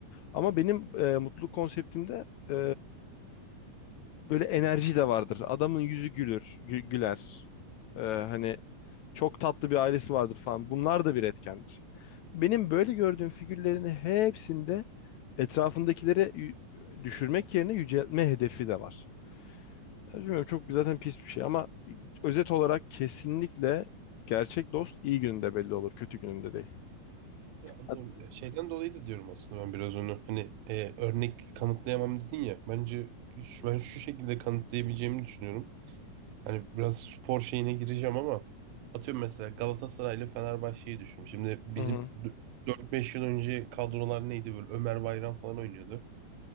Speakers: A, on the left; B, on the right.
A: Ama benim e, mutluluk konseptimde e, böyle enerji de vardır. Adamın yüzü gülür, gü- güler. Ee, hani çok tatlı bir ailesi vardır falan. Bunlar da bir etkendir. Benim böyle gördüğüm figürlerin hepsinde etrafındakileri yü- düşürmek yerine yüceltme hedefi de var. Ya Bilmiyorum çok zaten pis bir şey ama özet olarak kesinlikle gerçek dost iyi gününde belli olur, kötü gününde değil.
B: Ya anlıyorum.
A: Hat-
B: Ya Şeyden dolayı da diyorum aslında ben biraz onu. Hani e, örnek kanıtlayamam dedin ya. Bence şu- ben şu şekilde kanıtlayabileceğimi düşünüyorum. Hani biraz spor şeyine gireceğim ama atıyorum mesela Galatasaray ile Fenerbahçe'yi düşün. Şimdi bizim
A: Hı hı,
B: d- 4-5 yıl önce kadrolar neydi böyle Ömer Bayram falan oynuyordu.